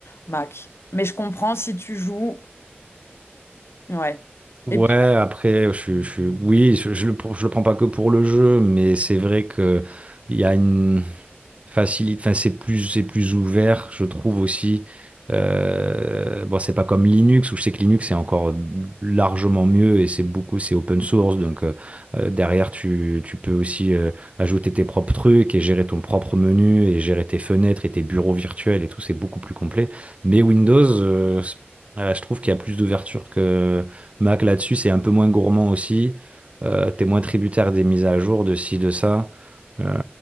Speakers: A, on the left; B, on the right.
A: Mac. Mais je comprends si tu joues, ouais.
B: Ouais,
A: Et puis
B: après, je, suis- je, suis- oui, je, je le, prends- je le prends pas que pour le jeu, mais c'est vrai que il y a une. facilite, enfin c'est plus c'est plus ouvert, je trouve aussi. Euh, bon, c'est pas comme Linux où je sais que Linux c'est encore largement mieux et c'est beaucoup c'est open source donc euh, euh, derrière tu, tu peux aussi euh, ajouter tes propres trucs et gérer ton propre menu et gérer tes fenêtres et tes bureaux virtuels et tout c'est beaucoup plus complet. Mais Windows euh, c- euh, je trouve qu'il y a plus d'ouverture que Mac là-dessus c'est un peu moins gourmand aussi. Euh, t'es moins tributaire des mises à jour de ci de ça. Euh,